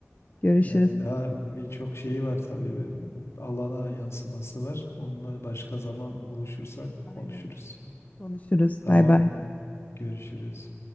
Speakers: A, on the left; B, on the left.
A: Görüşürüz.
B: Yani daha birçok şeyi var tabii. Alana yansıması var. Onunla başka zaman buluşursak
A: Aynen.
B: konuşuruz.
A: Konuşuruz.
B: Tamam.
A: Bay bay.
B: Görüşürüz.